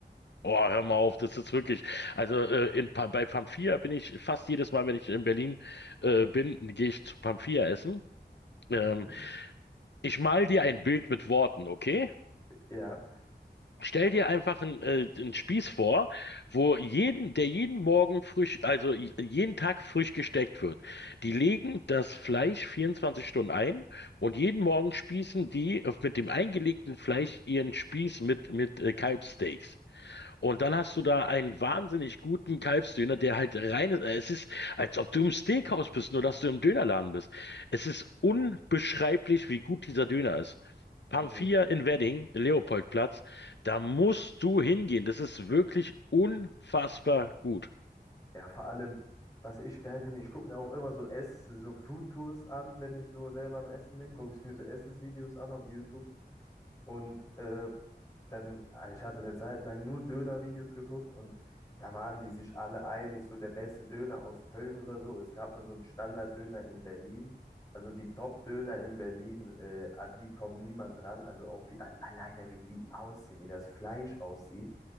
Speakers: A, on the left; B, on the left.
A: Oh, hör mal auf, das ist wirklich. Also äh, in, Pa- bei Pamphia bin ich fast jedes Mal, wenn ich in Berlin äh, bin, gehe ich zu Pamphia essen. Ähm,
B: Mhm.
A: ich mal dir ein Bild mit Worten, okay?
B: Ja,
A: Stell dir einfach einen, äh, einen Spieß vor, wo jeden, der jeden Morgen frisch, also j- jeden Tag frisch gesteckt wird. Die legen das Fleisch 24 Stunden ein und jeden Morgen spießen die auf- mit dem eingelegten Fleisch ihren Spieß mit, mit äh, Kalbssteaks. Und dann hast du da einen wahnsinnig guten Kalbsdöner, der halt rein ist. Es ist, als ob du im Steakhouse bist, nur dass du im Dönerladen bist. Es ist unbeschreiblich, wie gut dieser Döner ist.
B: Mhm.
A: Pamphia in Wedding, Leopoldplatz, da musst du hingehen. Das ist wirklich unfassbar gut.
B: ja, vor allem, was ich geil finde, ich gucke mir auch immer so Ess, so Food Tours an, wenn ich so selber am Essen bin, gucke ich mir so Essensvideos an auf YouTube. Und äh, dann, äh, ich hatte eine Zeit lang nur Döner-Videos geguckt und da waren die sich alle einig, so der beste Döner aus Köln oder so. Es gab mal so einen Standard-Döner in Berlin. Also die Top-Döner in Berlin, äh, an die kommt niemand ran. Also auch wie, al- alleine wie die aussehen, wie das Fleisch aussieht.